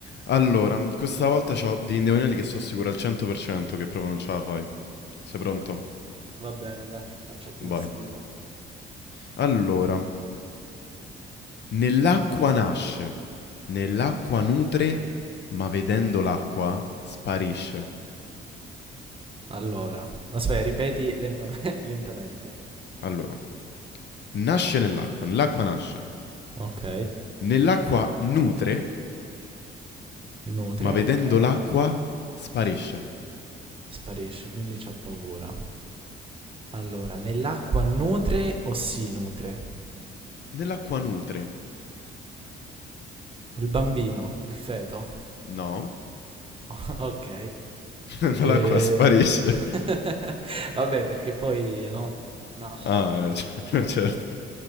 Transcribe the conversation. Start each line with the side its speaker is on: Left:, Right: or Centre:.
Left: Allora, questa volta c'ho degli indovinelli che sono sicuro al 100% che proprio non ce la fai. Sei pronto?
Right: Ecco qua. Va bene, dai, accetto
Left: Vai.
Right: la sfida.
Left: Allora, nell'acqua nasce, nell'acqua
Right: Ok,
Left: nutre, ma vedendo l'acqua sparisce.
Right: Allora, aspetta, ripeti lentame- <laughs> lentamente.
Left: Allora, nasce nell'acqua, nell'acqua nasce,
Right: ok.
Left: nell'acqua nutre,
Right: Nutre,
Left: ma vedendo
Right: ok.
Left: l'acqua sparisce.
Right: Sparisce, quindi c'ha paura. Allora, nell'acqua nutre o si nutre?
Left: Nell'acqua nutre?
Right: Il bambino, il feto,
Left: No,
Right: <laughs> ok.
Left: <laughs> nell'acqua
Right: E...
Left: sparisce.
Right: <laughs> vabbè, perché poi no, nasce,
Left: Ah,
Right: quindi...
Left: eh, <laughs> c- certo.